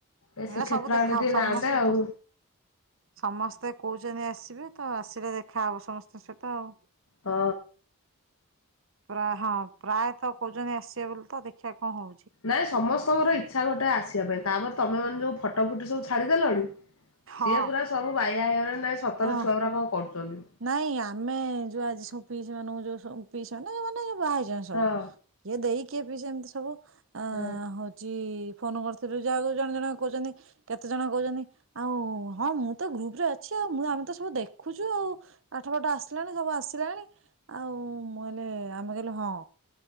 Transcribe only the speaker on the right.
ହେରା
ସବୁ ଦେଖାହବ
ସମସ୍ତେ
ତ ସମସ୍ତେ କହୁଚନ୍ତି ଆସିବେ ତ ଆସିଲେ ଦେଖାହବ ସମସ୍ତଙ୍କ ସହିତ ଆଉ।
ପୁରା ହଁ ପ୍ରାୟତଃ କହୁଚନ୍ତି ଆସିବେ ବୋଲି ତ ଦେଖିବା କଣ ହଉଛି।
ହଁ
ଅ
ନାଇଁ ଆମେ ଯୋଉ ଆଜି ସବୁ ପିଇସି ମାନଙ୍କୁ ଯୋଉ <unintelligible> ନାଇ ମାନେ କୁହା ହେଇଛନ୍ତି ସବୁ
ଯିଏ ଦେଇ କିଏ ପି ଛନ୍ତି ସବୁ? ଆ
ହଉଛି ଫୋନ କରିଥିଲି ଯାହା ଜଣେ ଜଣ କହୁଛନ୍ତି କେତେ ଜଣ କହୁଛନ୍ତି ଆଉ ହଁ ମୁଁ ତ ଗ୍ରୁପରେ ଅଛି ଆଉ ମୁଁ ଆମେ ତ ସବୁ ଦେଖୁଛୁ ଆଉ ପାଠ ପାଠ ଆସିଲାଣି ସବୁ ଆସିଲାଣି ଆଉ ମୁଁ ହେଲେ ଆମେ କହିଲୁ ହଁ।